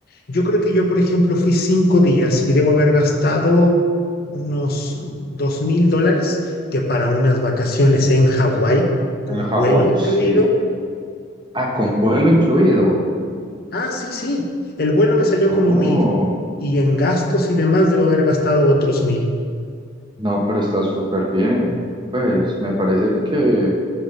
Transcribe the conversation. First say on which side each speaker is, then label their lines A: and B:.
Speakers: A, on the left; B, on the right.
A: yo creo que yo, por ejemplo, fui cinco días y debo haber gastado unos dos mil dólares, que para unas vacaciones en Hawái, con
B: En Hawái,
A: vuelo incluido.
B: sí. Ah, con vuelo incluido.
A: Ah, sí, sí, el vuelo me salió
B: Oh,
A: como mil y en gastos y demás debo haber gastado otros mil.
B: no, pero está súper bien. Pues, me parece que,